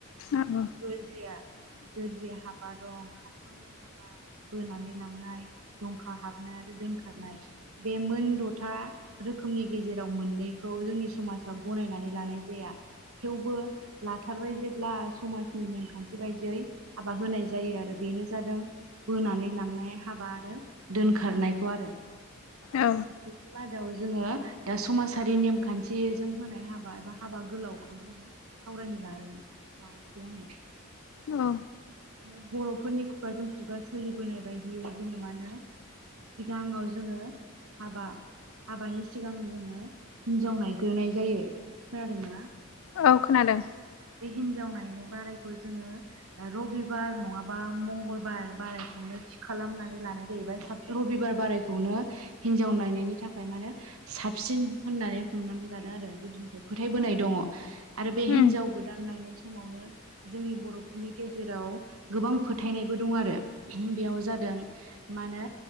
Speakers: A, on the right; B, on the left.
A: आफाय
B: औ
A: दं गोरजिआ गोरजिआ हाबा दं खारसनाय हाबा बोनानै लांनाय दंखा हाबनाय आरो दोनखारनाय बे मोन द'था रोखोमनि गेजेराव मोननैखौ जोंनि समाजा गनायनानै लानाय जाया थेवबो लाथारबाय जेब्ला समाजनि नेमखान्थि बायदियै हाबा होनाय जायो आरो बेनो जादों बोनानै लांनाय हाबा आरो दोनखारनायखौ आरो
B: औ
A: <unintelligible> आव जोङो दा समाजारि नेमखान्थिजों होनाय हाबा एबा हाबा गोलावखौ जोङो फरायनो <unintelligible> लानोसै आङो
B: औ
A: माने बर'फोरनि खुगाजों खुगा सोलिबोनाय बायदियै जोङो मा होनो सिगाङाव जोङो हाबा हाबानि सिगां जोङो हिनजाव नायग्रोनाय जायो खोनादोंना
B: औ खोनादों
A: बे हिनजाव नायनाय बारायखौ जोङो रबिबार नङाबा बा मंगलबार बारायखौनो थि खालामनानै लानाय जाहैबाय रबिबार बारायखौनो हिनजाव नायनायनि थाखाय मा होनो साबसिन होननानै हमनानै लादों आरो गोदोनिफ्राय फोथायबोनाय दङ आरो बे
B: औ
A: हिनजाव गोदान नायनाय समावनो जोंनि बर'फोरनि गेजेराव गोबां फोथायनायबो दं आरो बेयाव जादों मा होनो